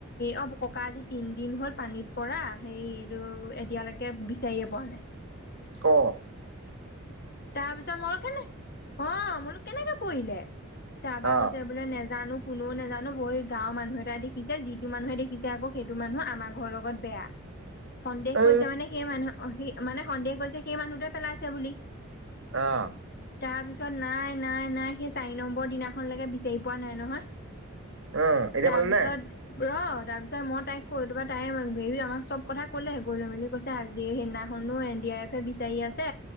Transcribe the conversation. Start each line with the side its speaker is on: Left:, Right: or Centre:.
Left: অ, ককা আজি তিনদিন হ'ল পানীত পৰা, সেই কিন্তু এতিয়ালৈকে বিচাৰিয়ে পোৱা নাই।
Right: ক
Left: তাৰপিছত মোৰ কেনে, অ, মোৰ বোলো কেনেকে পৰিলে? তাৰপা
Right: অ
Left: কৈছে বোলে নেজানো। কোননেও নাজানো বহ গাঁৱৰ মানুহ এটা দেখিছে যিটো মানুহে দেখিছে আকৌ সেইটো মানুহ আমাৰ ঘৰৰ লগত বেয়া সন্দেহ
Right: অ
Left: কৈছে মানে সেই মানুহ স মানে সন্দেহ কৈছে সেই মানুহটোৱে পেলাইছে বুলি
Right: আহ
Left: তাৰ পিছত নাই নাই নাই সেই চাৰি নম্বৰ দিনাখনলৈকে বিচাৰি পোৱা নাই নহয়।
Right: অ এতিয়া
Left: তাৰপিছত
Right: পালে নে?
Left: ৰ তাৰপিছত মই তাইক কৈ তা তাই হেৰি আমাক চব কথা ক'লেহ গৈ লৈ মেলি কৈছে আজি সেইদিনাখনো এ বিচাৰি আছে